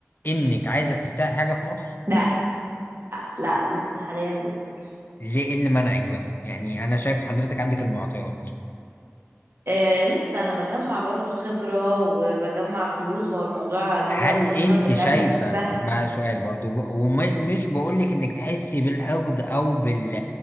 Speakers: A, on the left; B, on the right.
A: انك عايزه تفتحي حاجه في مصر
B: لا لا لسه حاليا لسه لسه
A: ليه ايه اللي منعك بقى يعني انا شايف حضرتك عندك المعطيات
B: آه لسه انا بجمع برضو خبرة وبجمع فلوس هو الموضوع ان
A: هل
B: هو المشروع
A: انت
B: اللي اتعمل
A: شايفة
B: مش سهل
A: مع سؤال برضو ومش
B: مم.
A: بقولك انك تحسي بالحقد او بال